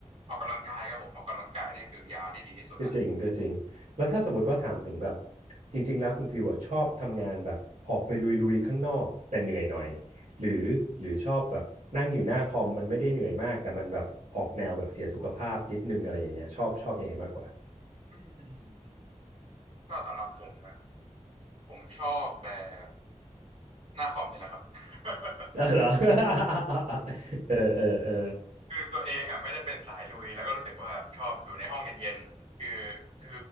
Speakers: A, on the right; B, on the right.
A: ออกกำลังกายครับผมออกกำลังกายนี่คือยาที่ดีที่สุดละ
B: ก็จริงก็จริงแล้วถ้าสมมติว่าถามถึงแบบจริงๆแล้วคุณฟิวอะชอบทำงานแบบออกไปลุยๆข้างนอกแต่เหนื่อยหน่อยหรือหรือชอบแบบนั่งอยู่หน้าคอมมันไม่ได้เหนื่อยมากแต่มันแบบออกแนวแบบเสียสุขภาพนิดนึงอะไรอย่างเงี้ยชอบชอบยังไงมากกว่า
A: อืมอืมก็สำหรับผมนะผมชอบแบบหน้าคอมนี่แหละครับ <laughs>
B: อ๋อเหรอ <laughs> เออเออเออ
A: คือตัวเองอ่ะไม่ได้เป็นสายลุยแล้วก็รู้สึกว่าชอบอยู่ในห้องเย็นๆคือคือ